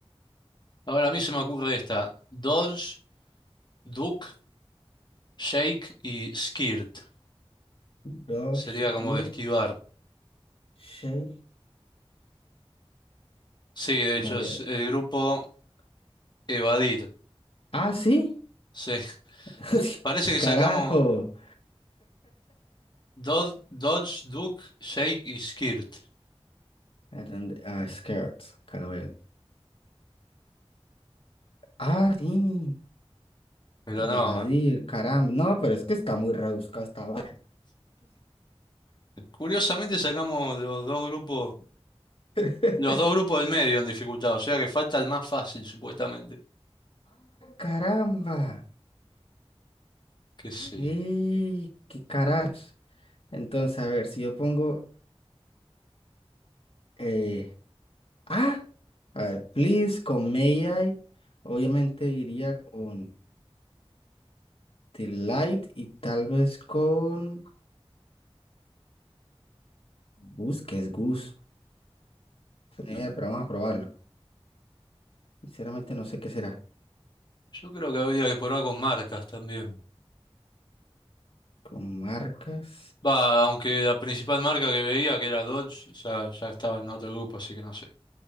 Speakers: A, on the left (about 45°); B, on the left (about 65°).
A: ahora a mí se me ocurre esta. Dodge, duck, shake y skirt.
B: Dodge,
A: Sería como
B: Duke,
A: de esquivar.
B: Shake,
A: Sí, de hecho
B: Galera.
A: es el grupo evadir.
B: Ah, sí.
A: Sí.
B: <laughs>
A: Parece que
B: Carajo.
A: sacamos Dodge, Dodge, duck, shake y skirt.
B: Atende- Ah, skirts. Acá lo veo. Ah, sí.
A: Pero no.
B: Evadir, caramba. No, pero es que está muy rebuscado esta vaina.
A: Curiosamente sacamos los dos grupos.
B: <laughs>
A: Los dos grupos del medio en dificultad, o sea que falta el más fácil, supuestamente.
B: Caramba.
A: ¿Qué sé
B: y
A: yo?
B: qué carajos. Entonces, a ver, si yo pongo. eh, Ah, a ver, please con may I. Obviamente iría con delight y tal vez con. Gus, que es Gus. Eh,
A: Mm,
B: pero vamos a probarlo. Sinceramente no sé qué será.
A: Yo creo que habría que probar con marcas también.
B: Con marcas.
A: Va, aunque la principal marca que veía, que era Dodge, ya, ya estaba en otro grupo, así que no sé.